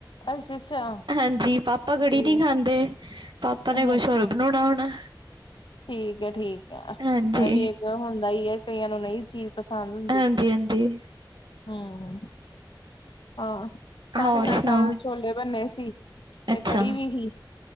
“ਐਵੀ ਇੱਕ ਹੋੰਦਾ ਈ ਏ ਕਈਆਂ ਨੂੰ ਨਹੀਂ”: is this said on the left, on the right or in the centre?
Left